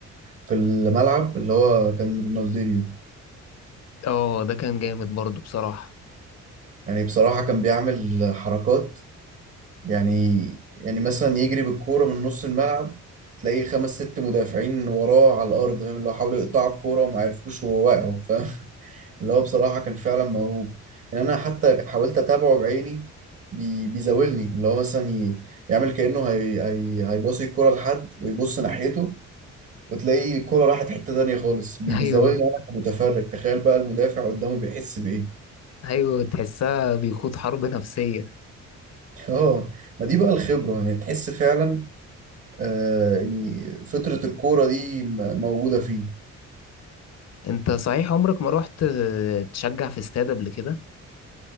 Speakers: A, on the right; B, on the left.
A: في الملعب اللي هو كان رونالدينيو
B: اه ده كان جامد برضه بصراحه
A: يعني بصراحة كان بيعمل حركات يعني يعني مثلا يجري بالكورة من نص الملعب تلاقيه خمس ست مدافعين وراه على الأرض فاهم اللي هو حاولوا يقطعوا الكورة وما عرفوش وهو واقع اللي هو بصراحة كان فعلا موهوب يعني أنا حتى حاولت أتابعه بعيني بي- بيزاولني اللي هو مثلا ي- يعمل كأنه هي هي هيباصي الكرة لحد ويبص ناحيته وتلاقي الكرة راحت حتة تانية خالص بي-
B: <laughs> ايوه
A: بيزاولني أنا كمتفرج تخيل بقى المدافع قدامه بيحس بإيه
B: ايوه تحسها بيخوض حرب نفسيه
A: اه ما دي بقى الخبرة يعني تحس فعلا آه يعني فطرة الكورة دي م- موجودة فيه
B: انت صحيح عمرك ما رحت آه، تشجع في استاد قبل كده